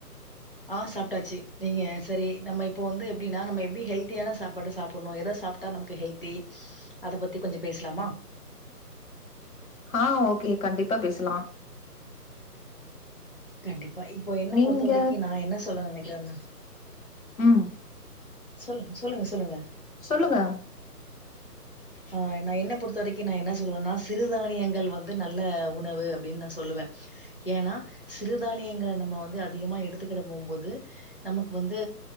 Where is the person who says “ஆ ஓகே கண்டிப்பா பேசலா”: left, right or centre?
Left